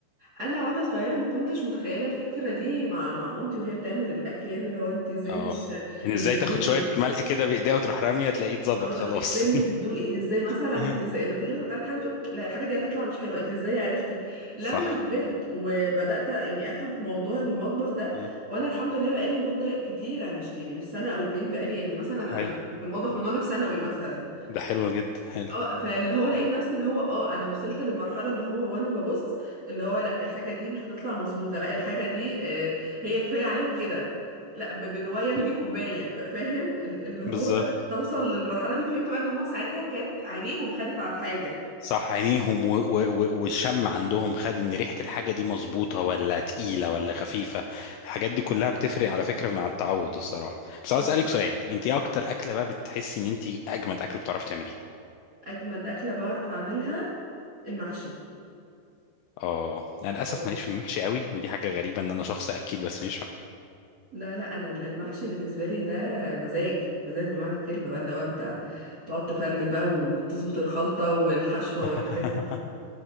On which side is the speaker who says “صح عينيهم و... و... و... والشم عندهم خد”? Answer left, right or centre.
Left